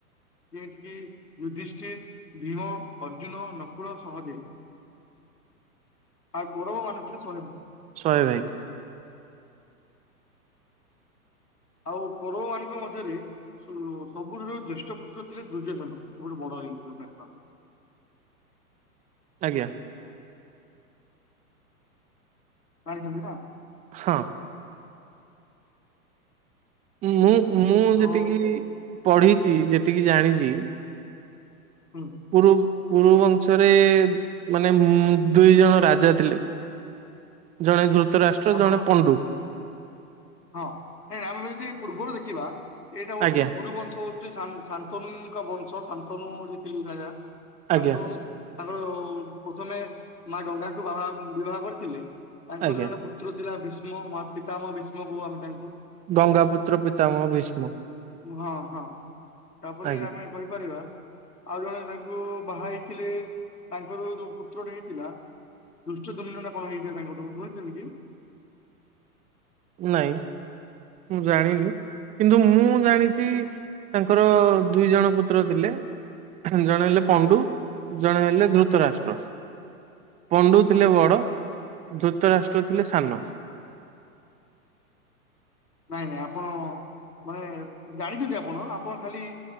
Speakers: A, on the left; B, on the right.
A: ଯେମିତି କିି ଯୁଧିଷ୍ଠିର, ଭୀମ, ଅର୍ଜୁନ, ନକୁଳ, ସହଦେବ। ଆଉ କୌରବ ମାନ ଥିଲେ ଶହେ।
B: ଶହେ ଭାଇ।
A: ଆଉ କୋରବ ମାନଙ୍କ ମଧ୍ୟରେ ସ ସବୁଠାରୁ ଜ୍ୟେଷ୍ଠ ପୁତ୍ର ଥିଲେ ଦୁର୍ଯ୍ୟୋଧନ ସବୁଠୁ <unintelligible>
B: ଆଜ୍ଞା।
A: <unintelligible>
B: ହଁ। ମୁଁ ମୁଁ
A: ଆଉ
B: ଯେତିକି ପଢିଛି ଯେତିକି ଜାଣିଚି
A: ହଁ।
B: କୁରୁ କୁରୁବଂଶରେ ମାନେ ମ୍ -ଦୁଇ ଜଣ ରାଜା ଥିଲେ। ଜଣେ ଧୃତ ରାଷ୍ଟ୍ର
A: ଆପଣ
B: ଜଣେ ପଣ୍ଡୁ।
A: ହଁ ନା ଆମେ ଯଦି ପୂର୍ବରୁ ଦେଖିବା ଏଇଟା ହଉଛି
B: ଆଜ୍ଞା
A: ପୂରୁବଂଶ ହଉ ଶାନ୍ ଶାନ୍ତନୁ ଙ୍କ ବଂଶ ଶାନ୍ତନୁ ହଉଚି ତିନି ରାଜା
B: ଆଜ୍ଞା
A: ଶାନ୍ତୁନୁ ତାଙ୍କର ପ୍ରଥମେ ମା ଗଙ୍ଗାକୁ ବାହା-ବିବାହ କରିଥିଲେ ତାଙ୍କର
B: ଆଜ୍ଞା
A: ଜଣେ ପୁତ ପୁତ୍ର ଥିଲା ଭୀଷ୍ମ ମା ପିତାମହ ଭୀଷ୍ମ କହୁ ଆମେ ତାଙ୍କୁ।
B: ଗଙ୍ଗାପୁତ୍ର ପିତାମହ ଭୀଷ୍ମ।
A: ହଁ ହଁ ତାପରେ
B: ଆଜ୍ଞା
A: ଆମେ କହିପାରିବା ଆଉ ଜଣେ ତାଙ୍କୁ ବାହା ହେଇଥିଲେ ତାଙ୍କର ଯୋଉ ପୁତ୍ରଟେ ହେଇଥିଲା ଦୁଷ୍ଟଦୁମ୍ନ ନା କଣ ହେଇଥାଏ ତାଙ୍କଠୁ <unintelligible>
B: ନାଇଁ ମୁଁ ଜାଣିନି। କିନ୍ତୁ ମୁଁ ଜାଣିଚି ତାଙ୍କର ଦୁଇ ଜଣ ପୁତ୍ର ଥିଲେ ଜଣେ ହେଲେ ପଣ୍ଡୁ ଜଣେ ହେଲେ ଧୃତ ରାଷ୍ଟ୍ର। ପଣ୍ଡୁ ଥିଲେ ବଡ ଧୃତ ରାଷ୍ଟ୍ର ଥିଲେ ସାନ।
A: ନାଇଁ ନାଇଁ ଆପଣ ମାନେ ଜାଣିଚନ୍ତି ଆପଣ ଆପଣ ଖାଲି